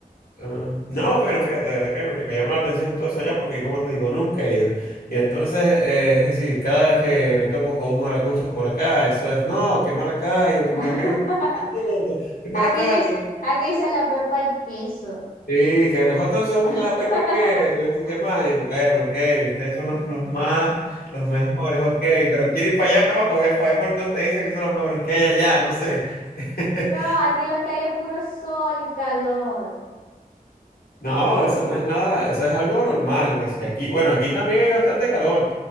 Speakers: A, on the left; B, on the left.
A: ah, no, bueno, fíjate, de verdad que me, me llamó la atención todo eso allá porque, como te digo, nunca he ido. Y entonces, eh, es decir, cada vez que me topo con un maracucho por acá, eso es, no, que Maracaibo, que Maracaibo
B: <laughs>
A: es el mundo, que Maracaibo.
B: Aquí dice, aquí dice la pepa el queso.
A: Sí, que nosotros somos
B: <laughs>
A: la Pepper que, entonces, ¿qué más? Y Bueno, ok, ustedes son los, los más, los mejores, ok, pero quiero ir para allá para poder, para ver por qué ustedes dicen que son los mejores que hay allá, no sé. <laughs>
B: No, aquí lo que hay es puro sol y calor.
A: No, eso no es nada, eso es algo normal. es decir, aquí, bueno, aquí también hay bastante calor.